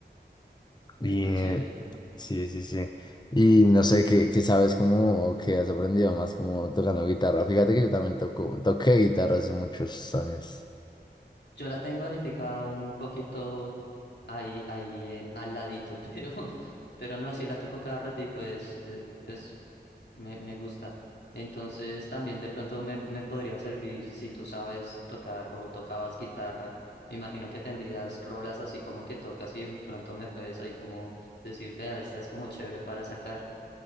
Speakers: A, on the left; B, on the left.
A: Y
B: Está
A: eh,
B: chévere.
A: sí, sí, sí. Y no sé qué, qué sabes cómo o qué has aprendido más como tocando guitarra. Fíjate que yo también toco, toqué guitarra hace muchos años.
B: Yo la tengo ahorita un poquito ahí, ahí en, al ladito, <laughs> pero, pero no, sí la toco cada ratico, es, eh, pues me, me gusta. Entonces también de pronto me, me podría servir si tú sabes tocar o tocabas guitarra. Me imagino que tendrías rolas así como que tocas y de pronto me puedes ahí como decir, vea, esta es como chévere para sacar.